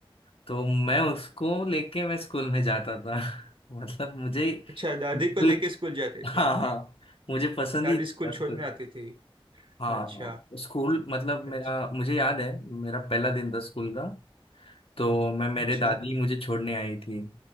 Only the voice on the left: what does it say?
तो मैं उसको लेके मैं स्कूल में जाता था <laughs> मतलब मुझे
बिल्कुल-
हाँ हाँ मुझे पसंद
ही था
स्कूल
हाँ
स्कूल मतलब
मेरा मुझे याद है मेरा पहला दिन था स्कूल का तो मैं मेरे
दादी मुझे छोड़ने आई थी